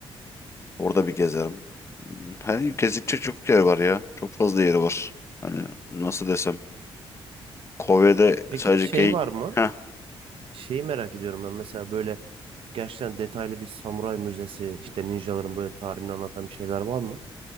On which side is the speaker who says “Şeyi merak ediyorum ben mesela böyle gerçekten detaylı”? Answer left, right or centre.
Right